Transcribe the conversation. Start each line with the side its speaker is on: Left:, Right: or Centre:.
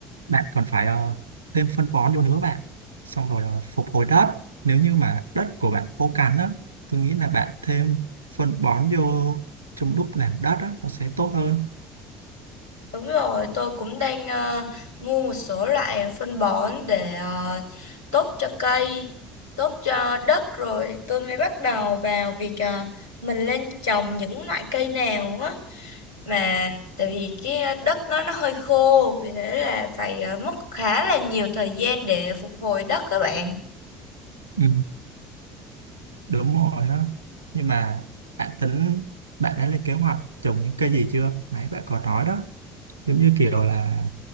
Right: bạn còn phải ờ, thêm phân bón vô nữa bạn xong rồi ờ, phục hồi đất nếu như mà đất của bạn khô cằn á tôi nghĩ là bạn thêm phân bón vô trong lúc làm đất á nó sẽ tốt hơn
Left: Đúng rồi, tôi cũng đang ờ, mua một số loại phân bón để ờ, tốt cho cây, tốt cho đất rồi tôi mới bắt đầu vào việc ờ, mình lên trồng những loại cây nào á mà tại vì cái đất nó nó hơi khô vì thế là phải ờ, mất khá là nhiều thời gian để phục hồi đất các bạn.
Right: ừ. đúng rồi đó nhưng mà bạn tính bạn đã lên kế hoạch trồng những cây gì chưa nãy bạn có nói đó giống như kiểu là